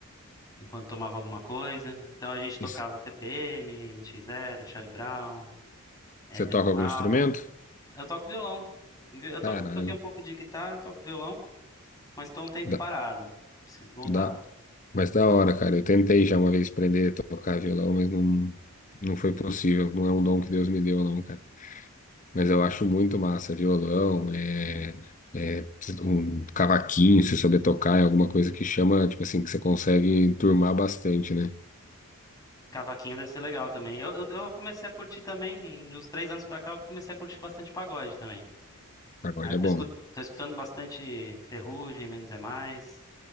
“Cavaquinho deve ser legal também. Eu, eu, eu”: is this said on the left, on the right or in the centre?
Left